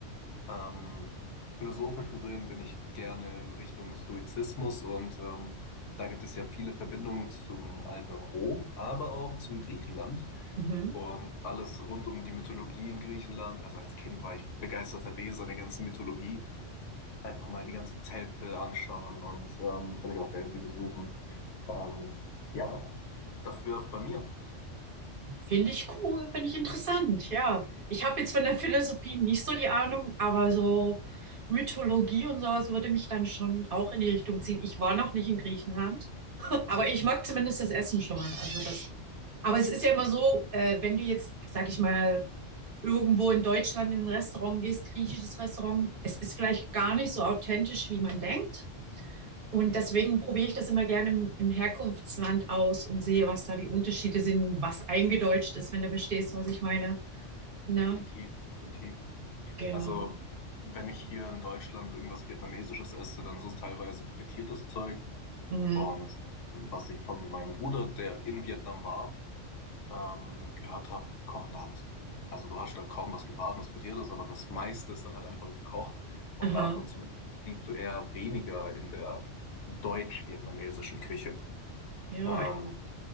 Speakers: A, on the left; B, on the right.
A: ähm, philosophisch gesehen bin ich gerne in Richtung Stoizismus und ähm, da gibt es ja viele Verbindungen zum alten Rom, aber auch zum Griechenland
B: Mhm.
A: und alles rund um die Mythologie in Griechenland. Also als Kind war ich begeisterter Leser der ganzen Mythologie einfach mal die ganzen Tempel anschauen und ähm, vielleicht auch Delphi besuchen. Und ja, das wäre es bei mir.
B: Finde ich cool, finde ich interessant, ja. Ich habe jetzt von der Philosophie nicht so die Ahnung, aber so Mythologie und sowas würde mich dann schon auch in die Richtung ziehen. Ich war noch nicht in Griechenland, <laughs> aber ich mag zumindest das Essen schon mal. Also das. Aber es ist ja immer so, äh, wenn du jetzt, sag ich mal, irgendwo in Deutschland in ein Restaurant gehst, griechisches Restaurant, es ist vielleicht gar nicht so authentisch, wie man denkt. Und deswegen probiere ich das immer gerne im, im Herkunftsland aus und sehe, was da die Unterschiede sind, was eingedeutscht ist, wenn du verstehst, was ich meine. Ne?
A: Definitiv, definitiv.
B: Genau.
A: Also, wenn ich hier in Deutschland irgendwas Vietnamesisches esse, dann ist es teilweise frittiertes Zeug.
B: Mhm.
A: Und ähm, was ich von meinem Bruder, der in Vietnam war, ähm, gehört habe, kochen da alles. Also du hast da kaum was gebratenes, frittiertes, aber das meiste ist dann halt einfach gekocht. Und
B: Aha.
A: davon zum Beispiel siehst du eher weniger in der deutsch-vietnamesischen Küche.
B: Ja,
A: Ähm,